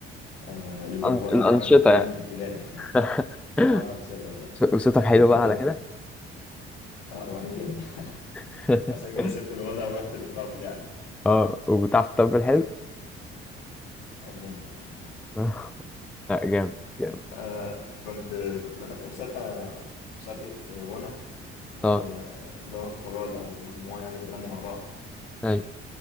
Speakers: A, on the left; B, in the centre.
A: آه، الغنى
B: الأن- الانشطه
A: يعني انا كنت بغني
B: يعني
A: في ابتدائي
B: <laughs>
A: <laughs> اه الانشطه بس ده
B: صوتك حلو
A: كنت
B: بقى على كده
A: آه وحش جدا <laughs>
B: <laughs>
A: عشان كده سبت الغنى ورحت للطبل يعني
B: اه وبتعرف تطبل حلو
A: عيب منك
B: <laughs> آه، لا جامد جامد
A: آه كنت كنت دخلت مسابقه مسابقه غنى آه
B: اه
A: اللي هو كورال او مجموعه يعني بتغني مع بعض
B: اي